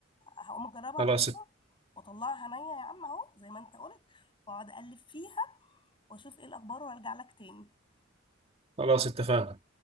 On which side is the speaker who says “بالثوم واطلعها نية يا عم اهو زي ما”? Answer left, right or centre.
Left